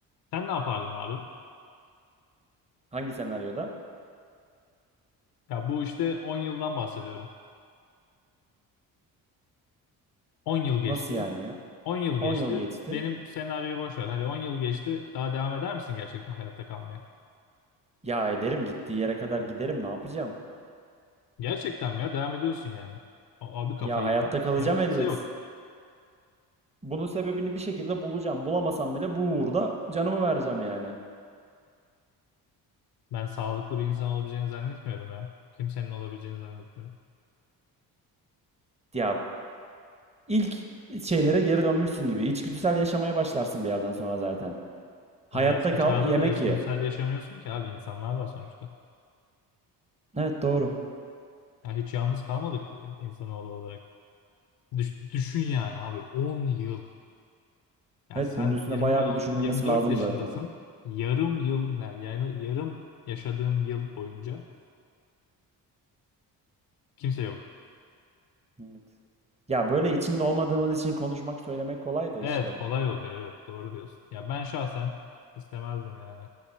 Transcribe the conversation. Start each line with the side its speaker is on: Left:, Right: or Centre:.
Left: Sen ne yapardın abi?
Right: Hangi senaryoda?
Left: Ya bu işte 10 yıldan bahsediyorum. 10 yıl geçti.
Right: Nasıl yani ya?
Left: 10 yıl
Right: 10
Left: geçti.
Right: yıl geçti.
Left: Benim senaryoyu boş ver. Hadi 10 yıl geçti. Daha devam eder misin gerçekten hayatta kalmaya?
Right: Ya ederim gittiği yere kadar giderim ne yapacağım?
Left: Gerçekten mi ya? Devam ediyorsun yani. A- Abi kafayı
Right: Ya hayatta
Left: yemez misin
Right: kalacağım
Left: ya? Kimse
Right: elbet.
Left: yok.
Right: Bunun sebebini bir şekilde bulacağım. Bulamasam bile bu uğurda canımı vereceğim yani.
Left: Ben sağlıklı bir insan olabileceğini zannetmiyorum ya. Kimsenin olabileceğini zannetmiyorum.
Right: Ya ilk şeylere geri dönmüşsün gibi. İçgüdüsel yaşamaya başlarsın bir yerden sonra zaten. Hayatta
Left: Ama eski
Right: kal,
Left: çağda
Right: yemek
Left: da içgüdüsel
Right: ye.
Left: yaşamıyorsun ki abi insanlar var sonuçta.
Right: Evet doğru.
Left: Ya hiç yalnız kalmadık insanoğlu olarak. Düş- düşün yani abi 10 yıl. Ya
Right: Evet
Left: sen
Right: bunun üstüne
Left: 20
Right: bayağı
Left: al-
Right: bir düşünülmesi
Left: 24
Right: lazım
Left: yaşındasın.
Right: zaten.
Left: Yarım yıl ne? Yani yarım yaşadığın yıl boyunca kimse yok.
Right: Evet. Ya böyle içinde olmadığımız için konuşmak, söylemek kolay da
Left: Evet
Right: işte.
Left: kolay oluyor evet doğru diyorsun. Ya ben şahsen istemezdim yani.